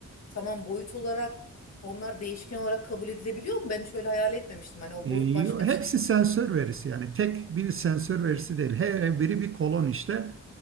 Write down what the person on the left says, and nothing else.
tamam boyut olarak onlar değişken olarak kabul edilebiliyor mu? Ben şöyle hayal etmemiştim. Hani o
boyut başka
bir şey.